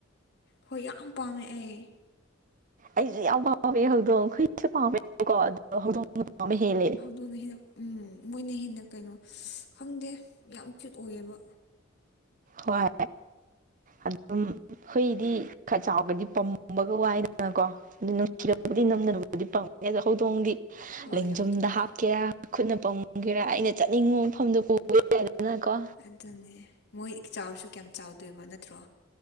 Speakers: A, on the left; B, on the right.
A: ꯍꯣꯏ ꯌꯥꯝ ꯄꯥꯝꯃꯦ ꯑꯩ
B: ꯑꯩꯁꯨ ꯌꯥꯝ ꯄꯥꯝꯃꯦ ꯍꯧꯗꯣꯡ ꯍꯨꯏꯁꯨ ꯄꯥꯝꯃꯦꯕꯀꯣ ꯑꯗꯣ ꯍꯧꯗꯣꯡ ꯄꯥꯝꯕ ꯍꯦꯜꯂꯦ
A: ꯑꯗꯨꯣꯅꯦ ꯍꯦꯟꯅ ꯎꯝ ꯃꯣꯏꯅ ꯍꯦꯟꯅ ꯀꯩꯅꯣ ꯈꯪꯗꯦ ꯌꯥꯝ ꯀ꯭ꯌꯨꯠ ꯑꯣꯏꯌꯦꯕ
B: ꯍꯣꯏ ꯑꯗꯨꯝ ꯍꯨꯏꯗꯤ ꯈꯔ ꯆꯥꯎꯒ꯭ꯔꯗꯤ ꯄꯝꯕꯒ ꯋꯥꯏꯗꯅꯀꯣ ꯑꯗꯨ ꯅꯨꯡꯁꯤꯔꯔꯕꯕꯨꯗꯤ ꯅꯝꯅꯅꯕꯕꯨꯗꯤ ꯄꯥꯝꯉ ꯑꯗꯣ ꯍꯧꯗꯣꯡꯗꯤ
A: ꯍꯣꯏ
B: ꯂꯦꯡꯖꯨꯝꯗ
A: ꯍꯧꯗꯣꯡ ꯑꯗꯣ
B: ꯍꯥꯞꯀꯦꯔ ꯈꯨꯠꯅ ꯄꯝꯒꯦꯔ ꯑꯩꯅ ꯆꯠꯅꯤꯡꯕ ꯃꯐꯝꯗꯣ ꯄꯨꯕ ꯌꯥꯏꯗꯅ ꯀꯣ
A: ꯑꯗꯨꯅꯦ ꯃꯣꯏ ꯆꯥꯎꯔꯁꯨ ꯀꯌꯥꯝ ꯆꯥꯎꯗꯦꯕ ꯅꯠꯇ꯭ꯔꯣ